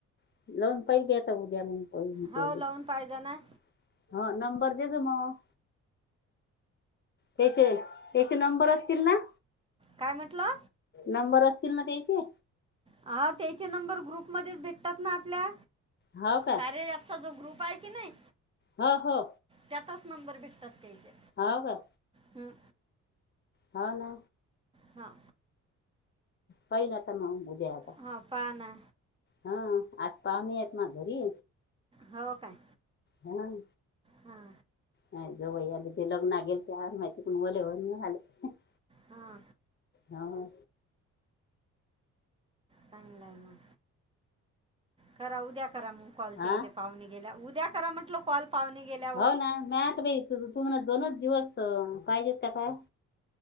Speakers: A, on the left; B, on the right.
A: <unintelligible>
B: हो लावून पाहिजे ना
A: हा नंबर देत मग. ह्याचे याचे नंबर असतील ना.
B: काय म्हटला?
A: नंबर असतील ना त्याचे.
B: आव त्याचे नंबर ग्रुप मध्येच भेटतात ना, आपल्या.
A: हो का
B: कार्या एपचा जो ग्रुप आहे की नाही.
A: ह हो.
B: त्यातच नंबर भेटतात त्यायचे.
A: हाव का?
B: ह्म्म
A: हा ना
B: हा.
A: पाहिन आता म उद्या आता.
B: हा पाहाव ना
A: हा आज पावने आहेत म घरी
B: हो काय
A: हां.
B: हां
A: काय गं बाई आज ते लग्ना गेलते आज माहिती पण वले व आले <unintelligible>
B: हा.
A: हो
B: चांगलंय मग, करा उद्या करा मग कॉल
A: हा
B: ते येई पावणे गेल्यावर, उद्या करा म्हटलं कॉल. पावणे गेल्या
A: हो ना मी आता बाई तुमला दोनच दिवस पाहिजेत का काय